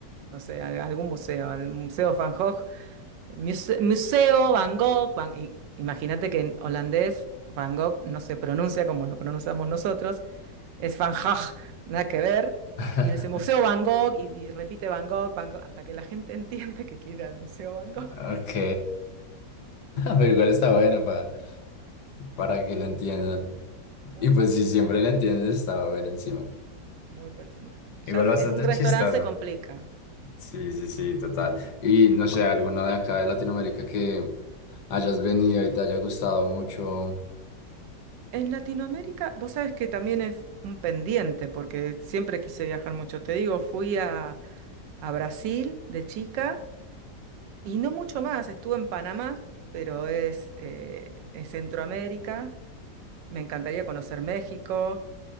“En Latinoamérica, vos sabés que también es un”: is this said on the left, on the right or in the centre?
Right